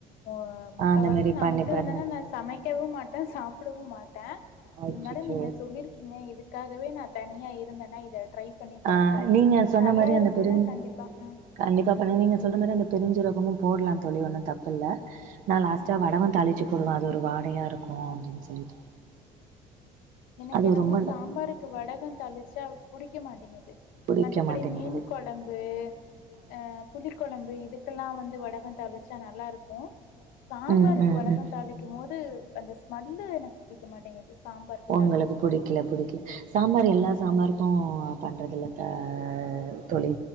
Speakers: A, on the left; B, on the right.
A: ஆ முக்கவாசி
B: ஆ அந்த மாரி
A: நா
B: பண்ணி
A: மட்டு
B: பாருங்க.
A: இருந்தனா நா சமைக்கவு மாட்டே சாப்புடவு மாட்டே
B: அச்சச்சோ!
A: இருந்தாலு நீங்க சொல்லிருக்கீங்க இதுக் க்காகவே நா தனியா இருந்தனா இத ட்ரை பண்ணி
B: ஆ
A: பாக்குறே
B: நீங்க சொன்ன
A: நல்லா
B: மாரி
A: இருந்ததுனா
B: அந்த பெருஞ்
A: கண்டிப்பா ம்
B: கண்டிப்பா பண்ணுங்க
A: சொல்லு
B: நீங்க சொல்ற மாரி அந்த பெருஞ் சீரகமு போட்லா தோழி ஒன்னு தப்பில்ல நா லாஸ்ட்டா
A: ம்
B: வடக தாளிச்சு போடுவே அது ஒரு வாடையா இருக்கு அப்டின் சொல்லிட்டு
A: ம் எனக்கு
B: அது
A: என்னமோ
B: ரொம்ப ந
A: சாம்பாருக் க்கு வடக தளிச்சா புடிக்க மாட்டிங்கிது
B: புடிக்க
A: மத்தப்படி
B: மாட்டேங்குது.
A: மீன் கொழம்பு ஆ புளிக் கொழம்பு இதுக்குலா வந்து வடக தாளிச்சா நல்லாருக்கு சாம்பாருக்கு
B: ம், ம்,
A: வடக
B: ம்.
A: தாளிக் க்கு போது அந்த ஸ்மெல்லு எனக்கு புடிக்க மாட்டேங்குது சாம்பாருக்கு
B: ஒங்களுக்கு
A: தாளிக்கும்போது.
B: புடிக்கல புடிக்கல சாம்பார் எல்லா சாம்பாருக்கு பண்றதில்ல த தோழி